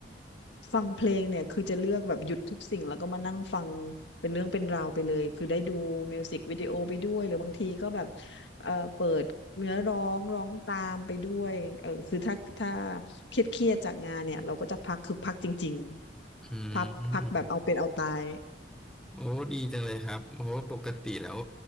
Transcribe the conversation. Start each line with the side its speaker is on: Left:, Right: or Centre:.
Left: ฟังเพลงเนี่ยคือจะเลือกแบบหยุดทุกสิ่งแล้วก็มานั่งฟังเป็นเรื่องเป็นราวไปเลยคือได้ดูมิวสิกวิดีโอไปด้วยหรือบางทีก็แบบเอ่อเปิดเนื้อร้องร้องตามไปด้วยเออคือถ้าถ้าเครียดเครียดจากงานเนี่ยเราก็จะพักคือพักจริงๆพักพักแบบเอาเป็นเอาตาย
Centre: อืม โอ้ดีจังเลยครับโอ้ปกติแล้ว